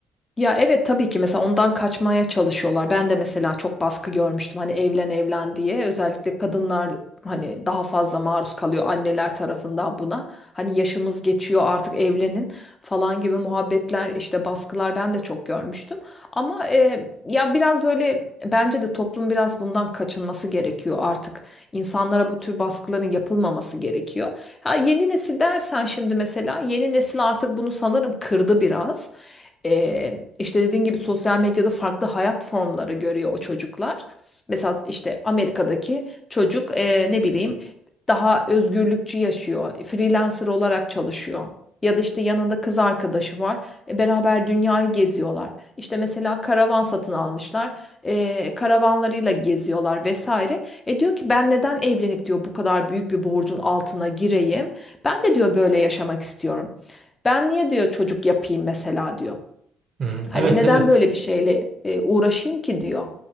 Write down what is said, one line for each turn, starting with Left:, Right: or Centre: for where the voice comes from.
Left: Ya evet tabii ki mesela ondan kaçmaya çalışıyorlar. Ben de mesela çok baskı görmüştüm hani evlen evlen diye. Özellikle kadınlar hani daha fazla maruz kalıyor anneler tarafından buna. Hani yaşımız geçiyor artık evlenin falan gibi muhabbetler işte baskılar ben de çok görmüştüm. Ama e, ya biraz böyle bence de toplum biraz bundan kaçınması gerekiyor artık. İnsanlara bu tür baskıların yapılmaması gerekiyor. Ha, yeni nesil dersen şimdi mesela yeni nesil artık bunu sanırım kırdı biraz. Ee, işte dediğin gibi sosyal medyada farklı hayat formları görüyor o çocuklar. Mesela işte Amerika'daki çocuk e, ne bileyim daha özgürlükçü yaşıyor. Freelancer olarak çalışıyor. Ya da işte yanında kız arkadaşı var. E, beraber dünyayı geziyorlar. İşte mesela karavan satın almışlar. E, karavanlarıyla geziyorlar vesaire. E diyor ki ben neden evlenip diyor bu kadar büyük bir borcun altına gireyim? Ben de diyor böyle yaşamak istiyorum. Ben niye diyor çocuk yapayım mesela diyor.
Right: Hmm,
Left: Hani
Right: evet
Left: neden
Right: evet.
Left: böyle bir şeyle e, uğraşayım ki diyor.